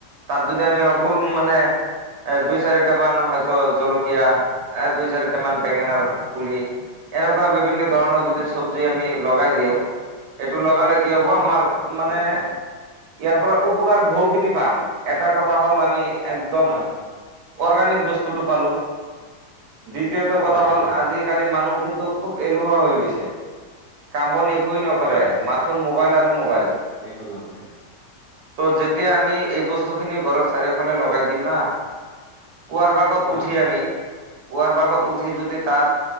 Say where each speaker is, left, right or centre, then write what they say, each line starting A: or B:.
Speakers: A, on the right (about 65°); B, on the left (about 35°).
A: তাত যদি আমি সকলো মানে এই দুই চাৰিটা মান হয়তো জলকীয়া, এই দুই চাৰিটা মান বেঙেনাৰ পুলি। এনেকুৱা বিভিন্ন ধৰণৰ যদি চবজি
B: হয়
A: আমি লগাই দিওঁ, সেইটো লগালে কি হ'ব আমাৰ মানে
B: অ অ
A: ইয়াৰ পৰা উপকাৰ বহুখিনি পাম, এটা কথা হ'ল আমি একদম
B: হয়
A: অৰ্গেনিক বস্তুটো পালো, দ্বিতীয়টো
B: হয়,
A: কথা হ'ল
B: হয়,
A: আজি
B: হয়,
A: আজি-কালি মানুহ কিন্তু খুব এলেহুৱা হৈ গৈছে। কাম-বন একোৱেই নকৰে,
B: হয়, হয়,
A: মাথোন
B: হয়,
A: মোবাইল আৰু মোবাইল।
B: একো নকৰে।
A: ত' যেতিয়া আমি এই বস্তু খিনি ঘৰৰ চাৰিওফালে লগাই দিম না, পুৱাৰ ভাগত
B: হয়,
A: উঠি আমি পুৱাৰ ভাগত উঠি যদি তাত,